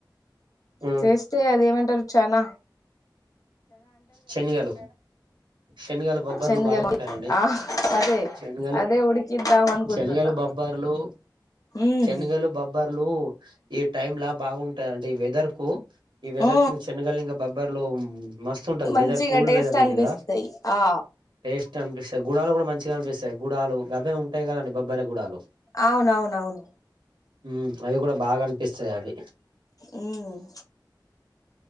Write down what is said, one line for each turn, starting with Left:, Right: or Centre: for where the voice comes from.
Right: ఈవినింగ్
Left: చేస్తే అది ఏమంటారు చానా
Right: శనిగలు శనగలు బొబ్బర్లు
Left: శనగలు
Right: బాగుంటాయ అండి.
Left: ఆ అదే
Right: శనగల్
Left: అదే ఉడికిద్దాం అనుకుంటున్నా
Right: శనగల బొబ్బ బబ్బర్లు
Left: ఉమ్
Right: శనగలు బబ్బర్లు ఈ టైమ్ లా బాగుంటాయి అంటే వె కు ఈ వెదర్
Left: ఓ
Right: చెన్నగలి ఇంక బబ్బర్లో మస్తు ఉంటది
Left: మంచిగా
Right: వెదర్ కూల్
Left: టేస్ట్
Right: వెదర్ ఉంది
Left: అనిపిస్తాయి
Right: గా
Left: ఆ
Right: టేస్ట్ అనిపిస్ గుడాలు కూడా మంచిగా అనిపిస్తాయి. గుడాలు గవే ఉంటాయి కదండి బబ్బరి గుడాలు
Left: అవునవునవును
Right: ఉమ్ అవి కూడా బాగా అనిపిస్తాయి అవి
Left: ఉమ్